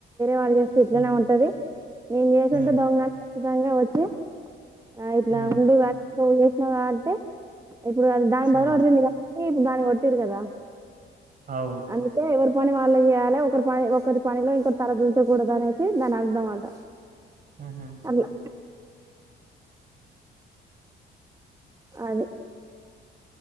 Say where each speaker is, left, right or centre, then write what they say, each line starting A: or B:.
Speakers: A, on the right; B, on the right.
A: వాళ్ళు చేస్తే ఇట్లనే
B: ఉ
A: ఉంటది. నేను చేసి
B: ఉ
A: ఉంటే దొంగ నిజంగా వచ్చి ఆ ఇట్లా
B: ఉ
A: ఉందువు గాని <unintelligible> నువ్వంటే ఇప్పుడు అది దాని
B: ఉ
A: బదులు ఓర్రిందిగ ఇగ ఇప్పుడు దాన్నీ కొట్టిర్రు గాదా
B: అవు
A: అందుకే ఎవరు పని వాళ్లే జేయాలే ఒకరి పని ఒకరి పనిలో ఇంకరు తల దూర్చకూడదు అనేసి దాని అర్థం అట
B: హ్మ్ హు
A: అట్లా అది